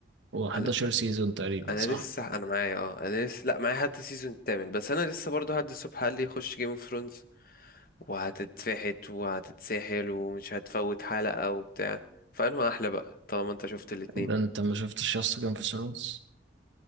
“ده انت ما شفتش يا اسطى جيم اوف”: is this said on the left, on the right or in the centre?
Right